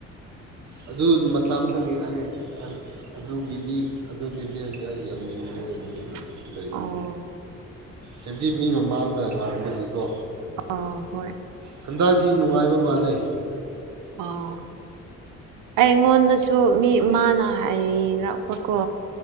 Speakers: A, on the right; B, on the right.
A: ꯑꯗꯨ ꯃꯇꯝꯗꯒꯤ ꯑꯩ ꯑꯗꯨꯒꯤꯗꯤ ꯑꯗꯨ ꯕꯤꯕꯤꯑꯁꯗꯤ ꯑꯩ ꯌꯥꯎꯅꯤꯡꯗꯦ
B: <inaudible>
A: ꯂꯩꯅꯤ
B: ꯑꯣ
A: ꯍꯥꯏꯗꯤ ꯃꯤ ꯃꯃꯥꯡꯗ ꯉꯥꯡꯕꯒꯤꯀꯣ
B: ꯑ ꯍꯣꯏ
A: ꯍꯟꯗꯛꯇꯤ ꯅꯨꯡꯉꯥꯏꯕ ꯃꯥꯜꯂꯦ
B: ꯑꯣ ꯑꯩꯉꯣꯟꯗꯁꯨ ꯃꯤ ꯃꯥꯅ ꯍꯥꯏꯔꯛꯄꯀꯣ